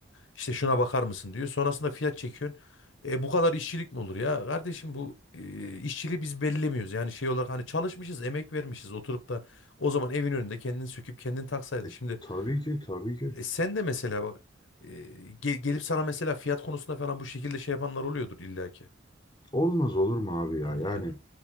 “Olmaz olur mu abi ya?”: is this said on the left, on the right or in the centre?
Left